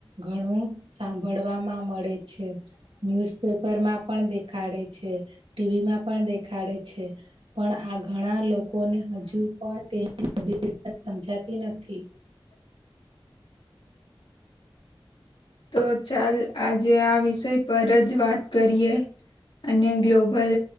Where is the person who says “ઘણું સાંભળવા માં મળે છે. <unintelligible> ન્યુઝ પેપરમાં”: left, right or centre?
Right